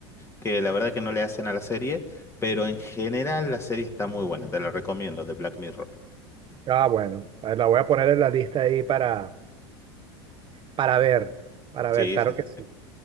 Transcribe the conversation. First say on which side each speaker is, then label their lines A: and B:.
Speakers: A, on the left; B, on the right.
A: que la verdad que no le hacen a la serie, pero en general la serie está muy buena, te la recomiendo, de Black Mirror.
B: Ah, bueno, a ver, la voy a poner en la lista ahí para, para ver, para
A: Sí,
B: ver, claro
A: sí, sí,
B: que
A: sí,
B: sí.